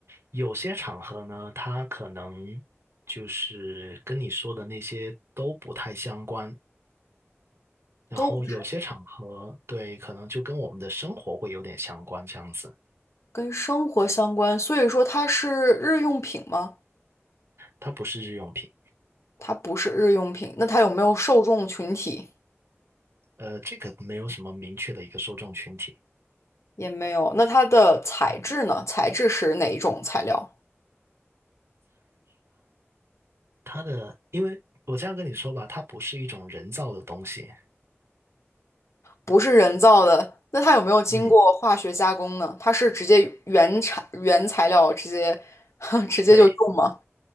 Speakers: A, on the right (about 60°); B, on the left (about 80°).
A: 有些场合呢，它可能就是跟你说的那些都不太相关，然后有些场合，
B: 都不太
A: 对，可能就跟我们的生活会有点相关，这样子，
B: 跟生活相关？所以说它是日用品吗？
A: 它不是日用品。
B: 它不是日用品，那它有没有受众群体？
A: 呃，这个没有什么明确的一个受众群体，
B: 也没有。那它的材质呢？
A: 嗯
B: 材质是哪一种材料？
A: 它的，因为我这样跟你说吧，它不是一种人造的东西，
B: 不是人造的。那它有没有经过化学加工呢？
A: 嗯，
B: 它是直接原产原材料直接 <laughs> 直接就用吗？
A: 对，